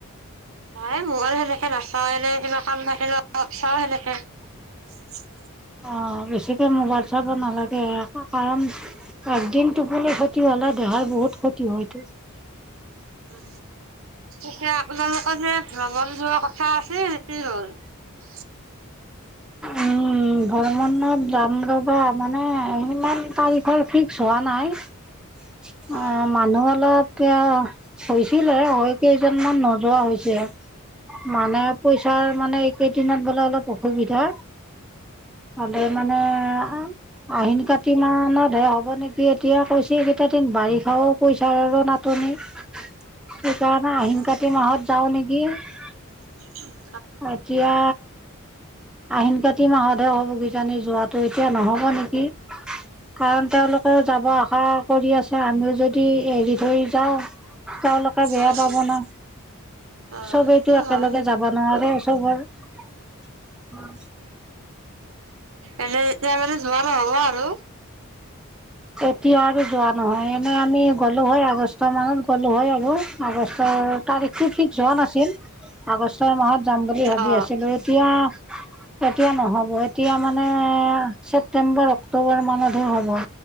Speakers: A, on the right; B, in the centre.
A: নাই মোবাইল সেনেকে নাচাও এনে কিবা কাম থাকিল চাও সেনেকে <unintelligible>
B: অ বেছিকে মোবাইল চাব নালাগে কাৰণ একদিন টোপুলি ক্ষতি হ'লে দেহাৰ বহুত ক্ষতি হয়ত <unintelligible>
A: উ এতিয়া আপোনালোকৰ যে ভ্ৰমণ যোৱা কথা আছে কি হ'ল <unintelligible>
B: উম ধৰ্ম যাম বাবা মানে ইমান তাৰিখৰ ফিক্স হোৱা নাই <unintelligible>
A: হয়
B: অ মানুহ অলপ ক <unintelligible> হৈছিল আৰু হৈ কি <unintelligible> জনমান নোযোৱা হৈছে মানে পইচাৰ মানে এইকেইদিনত বোলে অলপ অসুবিধা হা হলে মানে <unintelligible> আহিন কাতি মানত <unintelligible> দে হ'ব নেকি এতিয়া কৈছে এই কেইটা দিন বাৰিষাও পইচাৰ আৰু নাটনি <unintelligible> সেইকাৰণে
A: হয়
B: আহিন কাতি মাহত যাও নেকি <unintelligible>
A: <inaudible>
B: এতিয়া আহিন কাতি মাহতহে হ'ব কিজানি যোৱাতো এতিয়া নহব নেকি কাৰণ তেওঁলোকেও যাব আশা কৰি আছে আমিও যদি এৰি থৈ যাওঁ <unintelligible> তেওঁলোকে বেয়া
A: অ হয়
B: পাব
A: হয়
B: ন
A: অ
B: চবেইতো
A: সেইটো
B: একেলগে
A: হয়
B: যাবা‌। নৰে চব হ'ল
A: এনে এতিয়া মানে যোৱা নহ'ব আৰু,
B: এতিয়া আৰু যোৱা নহয় এনেই আমি গ'লো হয় আগষ্ট মানত গ'লো হয় আৰু, আগষ্টৰ তাৰিখটো ফিক্স হোৱা নাছিল আগষ্টৰ মাহত যাম বুলি ভাবি
A: অ'।
B: আছিলোঁ এতিয়া- এতিয়া নহব এতিয়া মানে ছেপ্তেম্বৰ অক্টোবৰ মানত সে‌ হ'ব।